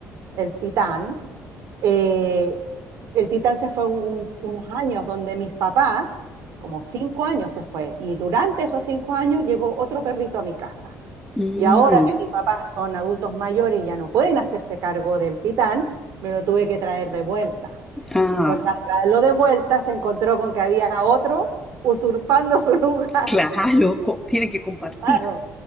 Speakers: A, on the right; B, in the centre.
A: el Titán. Eh, el Titán se fue un- un- unos años donde mis papás, como cinco años se fue, y durante esos cinco años llegó otro perrito a mi casa.
B: mm,
A: Y ahora que mis papás son adultos mayores y ya no pueden hacerse cargo del titán, me lo tuve que traer de vuelta.
B: ah,
A: Entonces, al traerlo de vuelta, se encontró con que había otro usurpando su lugar.
B: claro, <laughs> co- tiene que compartir,
A: Claro,